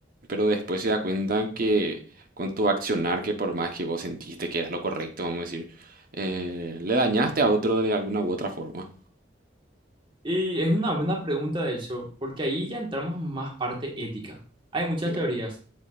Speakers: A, on the right; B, on the right.
A: pero después se da cuenta que con tu accionar, que por más que vos sentiste que era lo correcto, vamos a decir, eh, le dañaste a otro de alguna u otra forma.
B: Y es una buena pregunta, de hecho, porque ahí ya entramos en más parte ética. Hay muchas
A: Sí.
B: teorías.